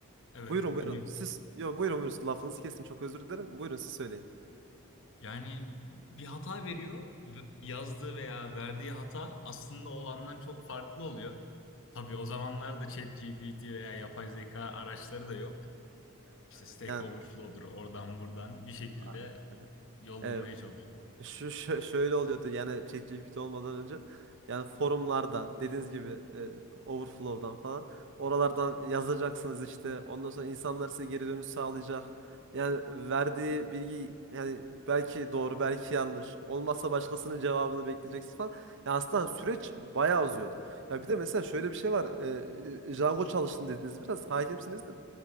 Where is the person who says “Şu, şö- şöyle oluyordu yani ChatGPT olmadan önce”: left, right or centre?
Right